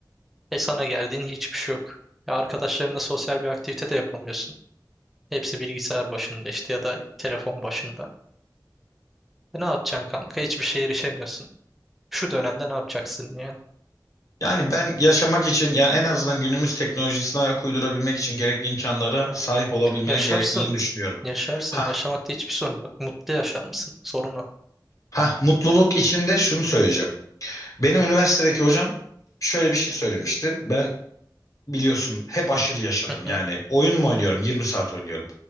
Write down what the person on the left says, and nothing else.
Yani ben yaşamak için yani en azından günümüz teknolojisine ayak uydurabilmek için gerekli imkanlara sahip olabilmeye
gerekliliğini düşünüyorum.
Ha
ha mutluluk içinde şunu söyleyeceğim. Benim üniversitedeki hocam şöyle bir şey söylemişti. Ben biliyorsun hep aşırı yaşadım
yani. Oyun mu oynuyorum? 20 saat oynuyorum.